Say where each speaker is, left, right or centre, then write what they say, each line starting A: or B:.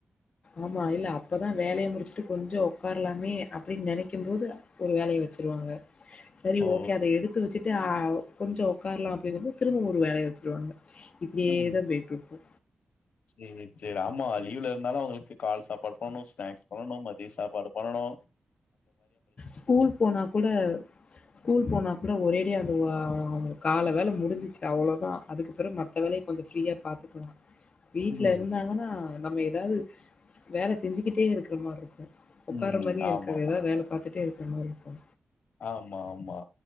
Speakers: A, on the left; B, on the left.
A: ஆமா இல்ல அப்பதா வேலய முடிச்ட்டு கொஞ்சொ ஒக்கார்லாமே அப்டின் நெனைக்கிம்போது ஒரு வேலய வச்சிருவாங்க சரி
B: ஓ
A: ஓகே அத எடுத்து வச்சுட்டு ஆ கொஞ்சோ ஒக்கார்லா அப்டின்னம் போது திரும்பவு ஒரு வேலய வச்சுருவாங்க இப்டியேதா
B: ம்
A: போய்ட்ருக்கு
B: சேரி சேரி ஆமா லீவ்லருந்தாலு அவுங்ளுக்கு கால் சாப்பாடு பண்ணனு ஸ்நாக்ஸ் பண்ணனு மதிய சாப்பாடு பண்ணனு
A: ஸ்கூல் போனா கூட ஸ்கூல் போனா கூட ஒரேடியா அந்த ஆ கால வேல முடிஞ்சிச்சு அவ்ளோதா அதுக்கு பிறகு மத்த வேலய கொஞ்சோ ஃப்ரீயா பாத்துக்கலா வீட்லருந்தாங்கன்
B: ம்
A: னா நம்ம எதாவ்து வேல செஞ்சுக்கிட்டே இருக்குற மார்ருக்கு ஒக்கார்ற
B: ம்
A: மாரியே
B: ஆமாமா
A: எதா வேல பாத்துட்டே இருக்குற மார்ருக்கு
B: ஆமா ஆமா